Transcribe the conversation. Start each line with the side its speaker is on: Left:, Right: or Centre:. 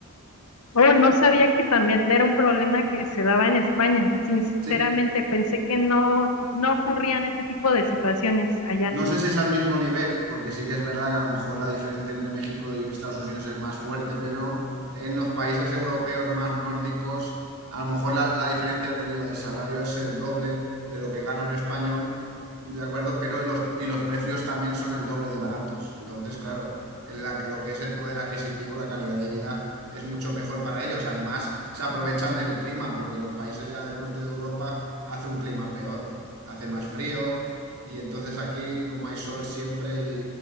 Left: Oh, no sabía que también era un problema que se daba en España. Sinceramente,
Right: Sí.
Left: pensé que no, no ocurrían este tipo de situaciones allá.
Right: No sé si es al mismo nivel, porque sí que es verdad que a lo mejor la diferencia entre México y Estados Unidos es más fuerte, pero en los países europeos más nórdicos, a lo mejor la, la diferencia, te digo, del salario es el doble de lo que gana un español, ¿de acuerdo? Pero los, y los precios también son el doble de baratos. Entonces, claro, en la que lo que es el poder adquisitivo, la calidad de vida es mucho mejor para ellos. Además, se aprovechan del clima, porque en los países ya del norte de Europa hace un clima peor, hace más frío y entonces aquí, como hay sol siempre y,